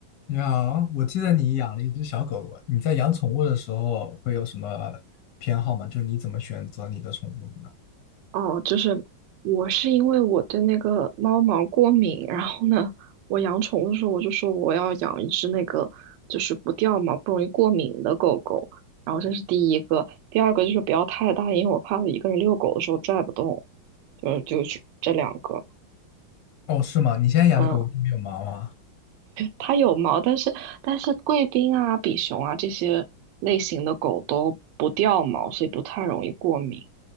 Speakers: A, on the left; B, on the right.
A: 你好，我记得你养了一只小狗狗，你在养宠物的时候会有什么偏好吗？就是你怎么选择你的宠物的呢？
B: 哦，就是我是因为我对那个猫毛过敏，然后呢，我养宠物的时候我就说我要养一只那个就是不掉毛、不容易过敏的狗狗，然后这是第一个，第二个就是不要太大，因为我怕我一个人遛狗的时候拽不动，就是就是这两个。
A: 哦，是吗？你现在养的狗狗是没有毛吗？
B: 嗯，它有毛，但是但是贵宾啊、比熊啊这些类型的狗都不掉毛，所以不太容易过敏。